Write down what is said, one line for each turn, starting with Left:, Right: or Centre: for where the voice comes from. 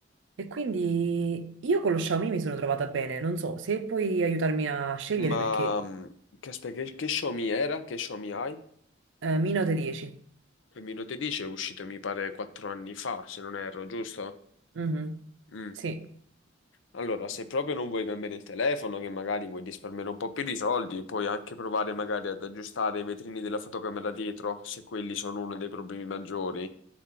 Right: E quindi io con lo Xiaomi mi sono trovata bene, non so se puoi aiutarmi a scegliere
Left: Ma
Right: perché
Left: mm, che, aspetta, che, che Xiaomi era? Che Xiaomi hai?
Right: Eh, minuto 10.
Left: Che mi lo te dice è uscito, mi pare, quattro anni fa, se non erro, giusto?
Right: Mhm.
Left: Mm.
Right: Sì,
Left: Allora, se proprio non vuoi cambiare il telefono, che magari vuoi risparmiare un po' più di soldi, puoi anche provare magari ad aggiustare i vetrini della fotocamera dietro, se quelli sono uno dei problemi maggiori.